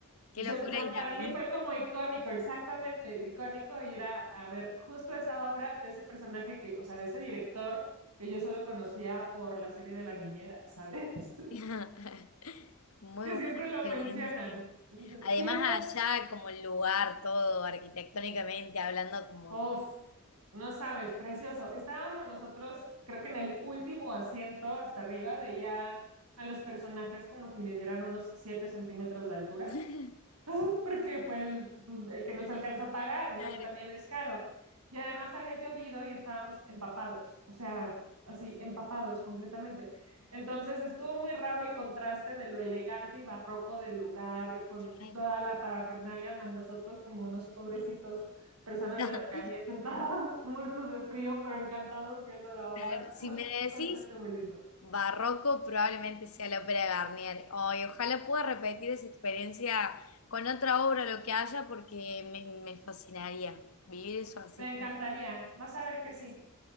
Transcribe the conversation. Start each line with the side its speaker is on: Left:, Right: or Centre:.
Left: Qué
Right: o sea,
Left: locura
Right: o sea,
Left: ir
Right: para
Left: ahí.
Right: mí fue como icónico, exactamente, icónico ir a, a ver justo esa obra de ese personaje que, o sea, de ese director que yo solo conocía por la serie de La Niñera, ¿sabes? <laughs>
Left: <laughs> Muy
Right: Que
Left: buena
Right: siempre
Left: experiencia.
Right: lo mencionan. Entonces,
Left: Además,
Right: sí, es muy,
Left: allá como el lugar, todo arquitectónicamente hablando, como...
Right: Uf, no sabes, precioso. Estábamos nosotros, creo que en el último asiento hasta arriba, veía a los personajes como si midieran unos 7 centímetros de altura.
Left: <laughs>
Right: <laughs> porque fue el, pues, el que nos alcanzó a pagar, ¿no?
Left: Claro,
Right: También es caro. Y además había llovido y estábamos empapados, o sea, así, empapados completamente. Entonces estuvo muy raro el contraste de lo elegante y barroco del lugar con
Left: claro.
Right: toda la parafernalia, más nosotros como unos pobrecitos personas
Left: <laughs>
Right: de la calle sentados <laughs> muertos de frío, pero encantados viendo la obra.
Left: Claro, Si
Right: <laughs>
Left: me
Right: Un
Left: decís
Right: contraste muy lindo.
Left: barroco, probablemente sea la ópera de Garnier. Ay, ojalá pueda repetir esa experiencia con otra obra, lo que haya, porque me, me fascinaría vivir eso así
Right: Te encantaría,
Left: como.
Right: vas a ver que sí.